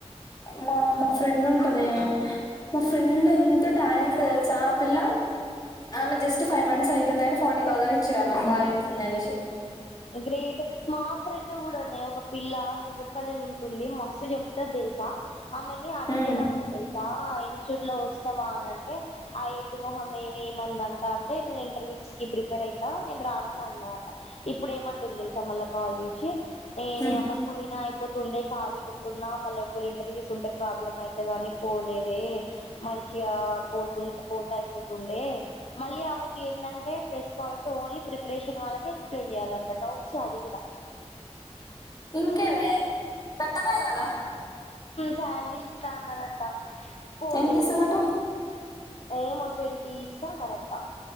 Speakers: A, on the left (about 35°); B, on the left (about 65°).
A: మా మా ఫ్రెండ్ ఉంటద మా ఫ్రెండ్ ఉంట్టదే టైమ్ సెన్స్ చపిల్ల ఆమె జస్ట్ ఫైవ్ మంత్స్ యి ఉందని ఫార్టీ థౌసండ్ ఇచ్చిర్రు ఆమెకి బా చెప్తుంది అనేసి
B: గ్రేట్ మా ఫ్రెండ్ కూడానే ఒక పిల్ల కూకట్పల్లి ఉంటుంది మస్తు చెప్తది తెలుసా ఆమెని అడిగిరంట
A: మ్మ్
B: తెలుసా ఇన్స్టిట్యూట్ లో వస్తావా అని అంటే ఆ ఎడడ్డి మొహం ఏమందంట అంటే నేను ఇంటర్వ్యూస్ కి ప్రిపేర్ అవుతా నేను రానని అన్నదంట ఇప్పుడ ఏమంటుంది తెలుసా మల్ల కాల్ చేసి ఏ
A: మ్మ్
B: నీ అమ్మ పోయినా లేకపోతే ఉండే కాళీగుంటున్నా మళ్ళీ ఒకవేళ ఇంటర్వ్యూస్ ఉంటే ప్రాబ్లమ్ అయితుందని పోలేదే మంచిగా పోతుంట పోతాయ్ పోతు తుండె మళ్ళీ ఆమెకి ఏందంటే ప్లస్ పాయింట్ ఓన్లీ ప్రిపరేషన్ వాళ్ళకి ఎక్స్ప్లెయిన్ చేయ్యాలంట డౌట్స్ అది కూడా
A: ఇంకేంది
B: ఉం
A: బెట్టరే కదా
B: శాలరీ ఇస్తాన్నారంట పోలేదు.
A: ఎంత ఇస్తున్నట
B: ఏమో ట్వెంటీ ఇస్తానారంట.